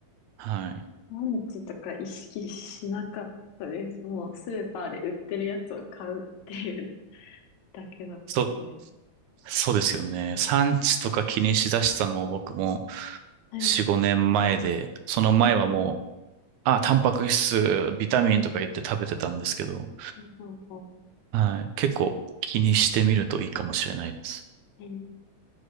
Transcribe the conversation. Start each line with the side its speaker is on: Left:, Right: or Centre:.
Right: はい。
Left: 産地とか意識しなかったです。もうスーパーで売ってるやつを買うっていうだけだったんで。
Right: そ、そうですよね。産地とか気にしだしたのも僕も、
Left: はい。
Right: 4、5年前で、その前はもう、
Left: うん。
Right: あ、タンパク質、ビタミンとか言って食べてたんですけど、
Left: ほうほ
Right: はい。結構気にしてみるといいかもしれないです。
Left: う。えー、